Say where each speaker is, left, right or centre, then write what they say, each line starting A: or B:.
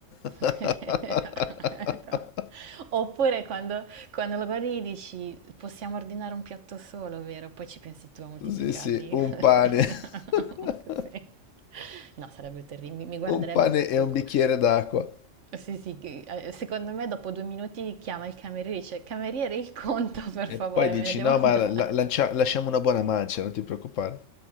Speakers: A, on the right; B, on the left.
A: <laughs>
B: <laughs>
A: No. Oppure quando, quando lo guardi gli dici possiamo ordinare un piatto solo, vero? Poi ci pensi tu a moltiplicarli.
B: Sì, sì, un
A: <laughs>
B: pane. <laughs>
A: Così. No, sarebbe terribile, mi mi guarderebbe
B: un pane
A: con...
B: e
A: co-
B: un
A: co-
B: bicchiere d'acqua.
A: Sì, sì, che- eh, secondo me dopo due minuti chiama il cameriere e dice cameriere il conto per
B: E
A: favore,
B: poi dici,
A: me ne devo
B: no,
A: andare.
B: ma la- lancia- lasciamo una buona mancia, non ti preoccupare.